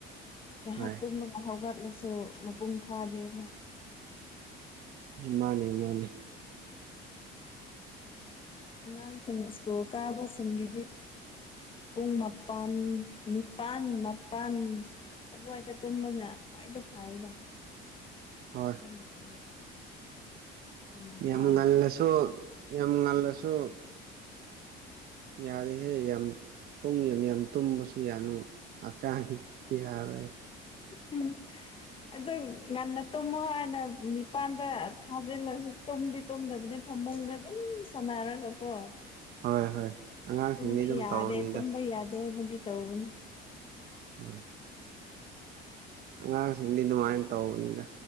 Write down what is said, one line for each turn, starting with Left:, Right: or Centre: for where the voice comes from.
Left: ꯉꯥꯏꯍꯥꯛ
Right: ꯍꯣꯏ
Left: ꯇꯨꯝꯕ ꯍꯧꯒꯠꯂꯁꯨ ꯃꯄꯨꯡ ꯐꯥꯒꯦꯅ
Right: ꯃꯥꯅꯦ ꯃꯥꯅꯦ
Left: ꯑꯉꯥꯡꯁꯤꯡ ꯁ꯭ꯀꯨꯜ ꯀꯥꯕꯁꯤꯡꯒꯤꯗꯤ ꯄꯨꯡ ꯃꯥꯄꯜ ꯅꯤꯄꯥꯜ ꯃꯥꯄꯜ ꯑꯗꯨꯋꯥꯏꯗ ꯇꯨꯝꯕꯅ ꯈ꯭ꯋꯥꯏꯗ ꯐꯔꯅ
Right: ꯍꯣꯏ
Left: ꯑꯗꯨꯝ ꯌꯦꯡꯕꯗ ꯑꯗꯨꯝ ꯃꯉꯥ
Right: ꯌꯥꯝ ꯉꯜꯂꯁꯨ ꯌꯥꯝ ꯉꯜꯂꯁꯨ ꯌꯥꯔꯦꯍꯦ ꯌꯥꯝ ꯄꯨꯡ ꯌꯥꯝ ꯌꯥꯝ ꯇꯨꯝꯃꯁꯨ ꯌꯥꯅꯨ ꯍꯞꯇꯥꯅꯤ ꯌꯥꯔꯦ
Left: ꯎꯝ ꯑꯗꯨ ꯉꯟꯅ ꯇꯨꯝꯃꯣ ꯍꯥꯏꯅ ꯅꯤꯄꯥꯟꯗ ꯊꯥꯖꯤꯜꯂꯁꯨ ꯇꯨꯝꯗꯤ ꯇꯨꯝꯗꯕꯅꯦ ꯐꯝꯃ ꯃꯅ ꯑꯗꯨꯝ ꯁꯅꯥꯥꯔ ꯂ ꯀꯣ
Right: ꯍꯣꯏ ꯍꯣꯏ ꯑꯉꯥꯡꯁꯤꯡꯗꯤ
Left: ꯁꯨꯝꯕ
Right: ꯑꯗꯨꯝ
Left: ꯌꯥꯗꯦ
Right: ꯇꯧꯕꯅꯤꯗ
Left: ꯇꯨꯝꯕ ꯌꯥꯗꯦꯅꯗꯤ ꯇꯧꯕꯅꯦ
Right: ꯑ ꯑꯉꯥꯡꯁꯤꯡꯗꯤ ꯑꯗꯨꯃꯥꯏꯅ ꯇꯧꯕꯅꯤꯅ